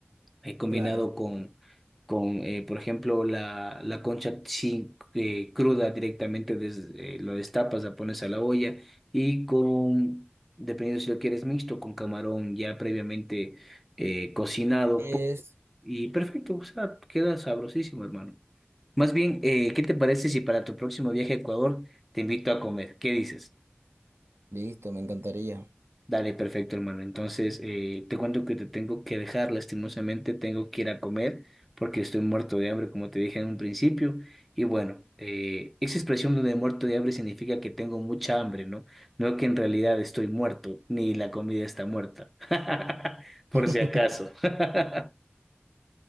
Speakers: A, in the centre; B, on the right (about 70°).
A: eh, combinado
B: Claro.
A: con, con eh, por ejemplo, la, la concha sin, eh, cruda directamente, desde, eh, lo destapas, la pones a la olla y con, dependiendo si lo quieres mixto, con camarón ya previamente eh, cocinado
B: Es.
A: y perfecto, o sea, queda sabrosísimo, hermano. Más bien, eh, ¿qué te parece si para tu próximo viaje a Ecuador te invito a comer? ¿Qué dices?
B: Listo, me encantaría.
A: Dale, perfecto, hermano. Entonces, eh, te cuento que te tengo que dejar, lastimosamente, tengo que ir a comer porque estoy muerto de hambre, como te dije en un principio. Y bueno, eh, esa expresión de muerto de hambre significa que tengo mucha hambre, ¿no? No que en realidad estoy muerto, ni la comida está muerta, <laughs> por
B: <laughs>
A: si acaso. <laughs>